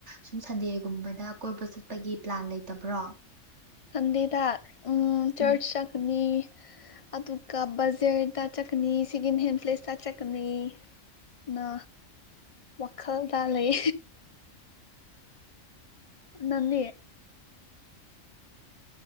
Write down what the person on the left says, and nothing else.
ꯁꯟꯗꯦꯗ ꯆꯔꯆ
ꯆꯒꯅꯤ ꯑꯗꯨꯒ ꯕꯖꯔꯗ ꯆꯠꯀꯅꯤ ꯁꯤꯒꯤꯟ ꯍꯦꯟꯄ꯭ꯂꯦꯁꯇ ꯆꯠꯀꯅꯤ ꯅ ꯋꯥꯈꯜ ꯇ ꯂꯩ ꯅꯟ